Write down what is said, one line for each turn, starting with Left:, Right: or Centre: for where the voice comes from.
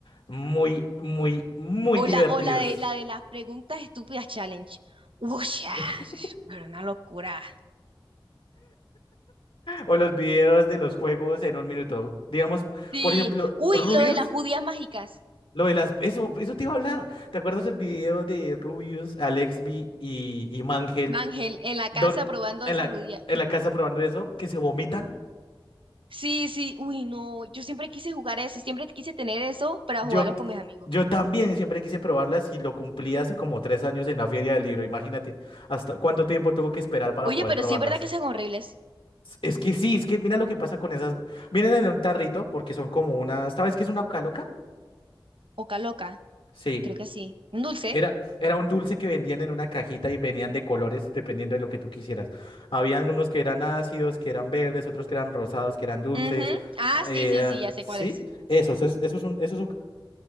Left: muy, muy, muy divertidos.
Right: O la, o la de, la de las preguntas estúpidas challenge. Uy, <laughs> ah,
Left: <laughs>
Right: era una locura.
Left: O los videos de los juegos en un minuto. Digamos,
Right: Sí,
Left: por ejemplo,
Right: uy,
Left: Rubius,
Right: lo de las judías mágicas.
Left: lo de las... Eso, eso te iba a hablar. ¿Te acuerdas el video de Rubius, Alexby y, y Mangel,
Right: Ángel, en la casa
Left: don,
Right: probando
Left: en
Right: esa
Left: la,
Right: judía.
Left: en la casa probando eso, que se vomitan?
Right: Sí, sí, uy, no, yo siempre quise jugar eso, siempre quise tener eso para
Left: Yo,
Right: jugarlo con mis amigos.
Left: yo también siempre quise probarlas y lo cumplí hace como tres años en la Feria del Libro. Imagínate, hasta cuánto tiempo tuve que esperar para
Right: Oye,
Left: poder
Right: pero
Left: probarlas.
Right: sí es verdad que son horribles.
Left: Es que sí, es que mira lo que pasa con esas. Vienen en un tarrito porque son como unas. ¿Sabes qué es una ucaloca?
Right: Oca loca,
Left: Sí.
Right: creo que sí. Un dulce.
Left: Era, era un dulce que vendían en una cajita y venían de colores dependiendo de lo que tú quisieras. Habían unos que eran ácidos, que eran verdes, otros que eran rosados, que eran dulces.
Right: Ujú. Ah,
Left: Eh,
Right: sí, sí, sí, ya sé
Left: sí,
Right: cuál es.
Left: esos, es- esos son, esos